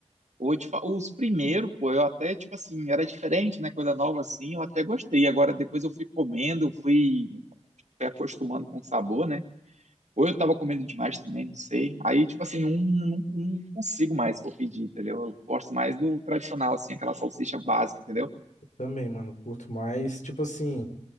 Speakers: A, on the right; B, on the left.
A: Hoje, fa- os primeiros, pô, eu até, tipo assim, era diferente, né? Coisa nova assim, eu até gostei. Agora depois eu fui comendo, eu fui, fui acostumando com o sabor, né? Ou eu tava comendo demais também, não sei. Aí, tipo assim, não, não, não consigo mais pô, pedir, entendeu? Eu gosto mais do tradicional, assim, aquela salsicha básica, entendeu?
B: Também, mano, curto mais, tipo assim,